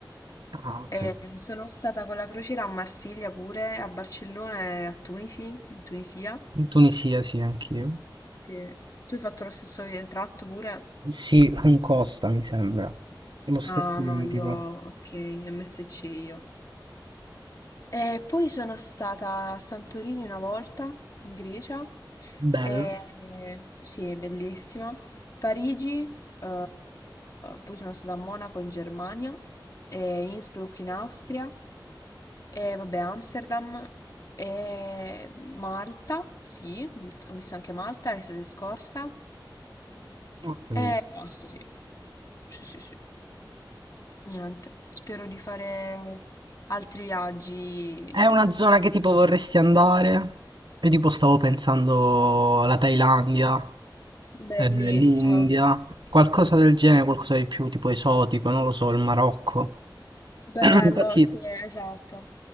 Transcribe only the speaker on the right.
Ah, ok.
In Tunisia sì, anch'io.
Sì, con Costa mi sembra. Lo stesso
identico.
Bello.
Ho capito.
È una zona che tipo vorresti andare? Io tipo stavo pensando la Thailandia,
eh, l'India, qualcosa del genere, qualcosa di più tipo esotico, non lo so, il Marocco.
<clears throat> Infatti